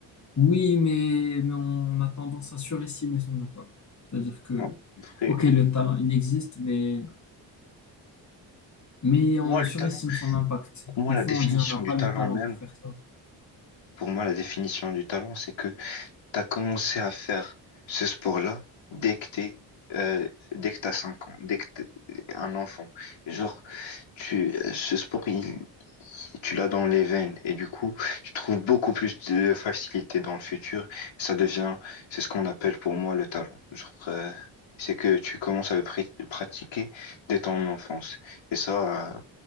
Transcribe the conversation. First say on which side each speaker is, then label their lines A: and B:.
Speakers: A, on the left; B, on the left.
A: Oui, mais, mais on a tendance à surestimer son impact. C'est-à-dire que,
B: En en vrai,
A: ok,
B: oh,
A: le talent, il existe, mais, mais on
B: moi, le
A: surestime
B: talent,
A: son impact.
B: pour moi,
A: Des
B: la
A: fois,
B: définition
A: on dit on n'a pas
B: du talent
A: le talent
B: même,
A: pour faire ça.
B: pour moi, la définition du talent, c'est que t'as commencé à faire ce sport-là dès que t'es, euh, dès que t'as 5 ans, dès que t'es un enfant. Genre, tu, ce sport, il, tu l'as dans les veines et du coup, tu trouves beaucoup plus de facilité dans le futur. ça devient, c'est ce qu'on appelle pour moi le talent. Genre, euh, c'est que tu commences à le pr- pratiquer dès ton enfance. Et ça, euh,